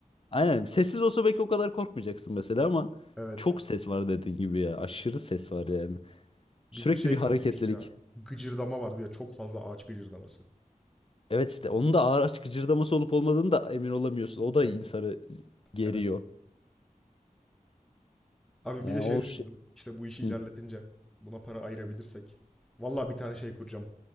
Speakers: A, on the left (about 40°); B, in the centre.
A: aynen. Sessiz olsa belki o kadar korkmayacaksın mesela ama
B: Evet.
A: çok ses var dediğin gibi ya. Aşırı ses var yani. Sürekli
B: Bizim şey
A: bir hareketlilik.
B: korkunçtu ya. Gıcırdama vardı ya çok fazla ağaç gıcırdaması.
A: Evet işte onun da ağır açık cırdaması olup olmadığını da emin olamıyorsun. O da
B: Evet,
A: insanı geriyor.
B: evet. Abi
A: Yani
B: bir de şey
A: o
B: düşündüm.
A: şey...
B: İşte bu işi
A: Hı.
B: ilerletince buna para ayırabilirsek vallahi bir tane şey kuracağım.